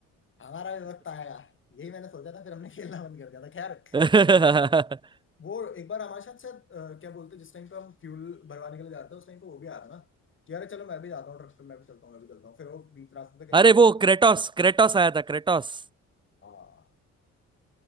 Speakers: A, on the left; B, on the right.
A: हमारा भी वक्त आएगा यही मैंने सोचा था फिर हमने खेलना बंद कर दिया था खैर
B: <laughs>
A: हम बात कर रहे- वो एक बार हमारे साथ शायद अ, क्या बोलते हैं, जिस टाइम पे हम फ्यूल भरवाने के लिए जाते हैं उस टाइम पे वो भी आया था ना कि अरे चलो मैं भी जाता हूँ ट्रक पे मैं भी चलता हूँ मैं भी चलता हूँ फिर वो बीच रास्ते से कहीं
B: अरे
A: चला गया
B: वो
A: था
B: क्रेटोस क्रेटोस आया था क्रेटोस
A: हाँ